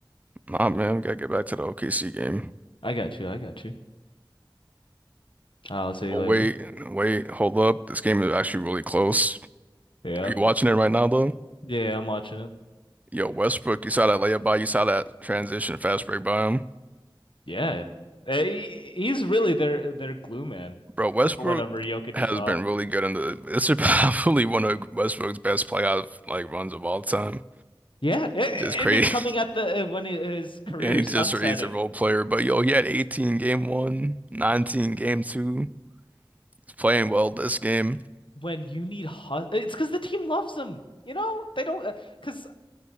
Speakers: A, on the right; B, on the left.
A: Nah, man, we gotta get back to the OKC game.
B: I got you. I got you. I'll see you
A: Oh
B: later,
A: wait,
B: man.
A: wait, hold up. This game is actually really close.
B: Yeah.
A: Are you watching it right now though?
B: Yeah, I'm watching it.
A: Yo, Westbrook, you saw that layup by, you saw that transition fast break by him.
B: Yeah. Hey, he's really their their glue man
A: Bro, Westbrook
B: for whenever Jokic
A: has
B: is off.
A: been really good in the this is <laughs> probably one of Westbrook's best playoff like runs of all time.
B: Yeah, a- a-
A: Just crazy.
B: and it's coming
A: <laughs>
B: at the uh, when he- his career
A: And
B: is
A: he just
B: sunsetting.
A: he's a role player. But yo, he had 18 game one, 19 game two. He's playing well this game.
B: When you need hu it's because the team loves him. You know they don't because